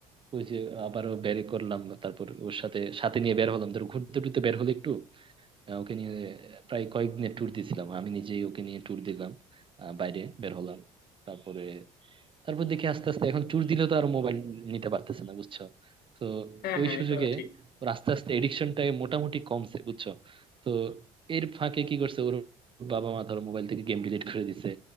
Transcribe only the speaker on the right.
ওই যে আবারও বের করলাম তারপর ওর সাথে সাথে নিয়ে বের হলাম ধরো ঘুরতে টুরতে বের হলো একটু আহ, ওকে নিয়ে প্রায় কয়েকদিনের ট্যুর দিয়েছিলাম আমি নিজেই ওকে নিয়ে ট্যুর দিলাম আহ, বাইরে বের হলাম তারপরে তারপর দেখি আস্তে আস্তে এখন ট্যুর দিলেও তো আর মোবাইল নিতে পারতেছে না বুঝছো তো
ওই
সুযোগে
ওর আস্তে আস্তে এডিকশনটা মোটামুটি কমছে বুঝছো তো এর ফাঁকে কি করছে ওর বাবা মা ধরো মোবাইল থেকে গেম ডিলিট করে দিছে